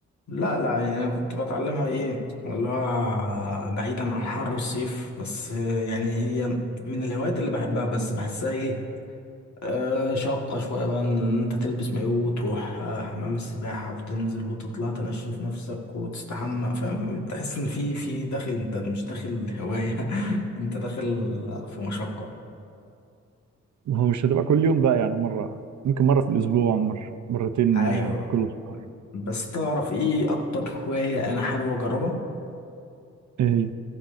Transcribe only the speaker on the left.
لا لا يعني انا كنت بتعلمها ايه اللي هو بعيدا عن حر الصيف بس يعني هي من الهوايات اللي بحبها بس بحسها ايه آه شاقة شوية بقى ان انت تلبس مايو وتروح آه حمام السباحة وتنزل وتطلع تنشف نفسك وتستحمى فاهم تحس ان في في داخل انت مش داخل هواية <laughs> انت داخل في مشقة
ايوه
بس تعرف ايه اكتر هواية انا حابب اجربها